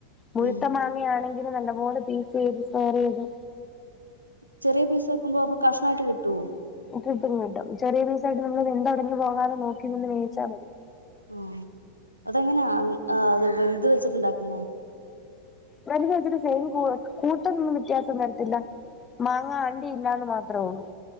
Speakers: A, on the left (about 20°); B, on the right (about 80°).
A: മുഴുത്ത
B: ഉം
A: മാങ്ങ യാണെങ്കില് നല്ലപോലെ പീസ്സെയ്തു സ്ക്വൊയറെയ്തു
B: ചെറിയ പീസാക്കുമ്പൊ അപ്പൊ കഷ്ണായിട്ട് കിട്ടുവൊ
A: കിട്ടും കിട്ടും ചെറിയ പീസ്സായിട്ട് നമ്മൾ വെന്തൊടഞ്ഞ് പോകാതെ നോക്കി നിന്ന് വേയിച്ച മതി
B: ആഹ് അതെങ്ങന അത് വെലുത് വെച്ചിട്ടുണ്ടാക്കുന്നെ
A: വെൽത് വെച്ചിട്ട് സെയിം കൂട്ട് കൂട്ടിനൊന്നും വ്യത്യാസം വരത്തില്ല മാങ്ങ അണ്ടി ഇല്ലാന്ന് മാത്രെ ഒള്ളു